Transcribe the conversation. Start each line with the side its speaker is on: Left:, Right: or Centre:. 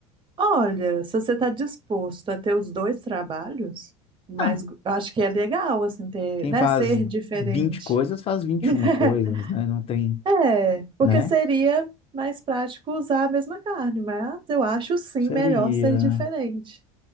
Right: Olha, se você está disposto a ter os dois trabalhos, mas
Left: Ah,
Right: eu acho que é legal, assim, ter,
Left: quem
Right: né,
Left: faz
Right: ser diferente.
Left: 20 coisas faz 21
Right: <laughs>
Left: coisas, né? Não tem,
Right: É, porque
Left: né?
Right: seria mais prático usar a mesma carne, mas eu acho sim
Left: Seria.
Right: melhor ser diferente.